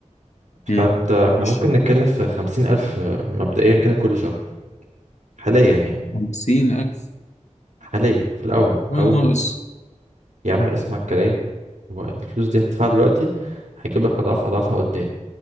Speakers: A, on the right (about 70°); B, on the left (about 65°).
A: فأنت
B: امم
A: احنا
B: مش
A: ممكن نتكلم في خمسين ألف مبدئيا كده كل شهر حاليا يعني
B: 50000
A: حاليا في الأول
B: ولا
A: أول
B: ناقص
A: يا عم اسمع الكلام والفلوس دي هتدفعها دلوقتي هيجيب لك أضعاف أضعافها قدام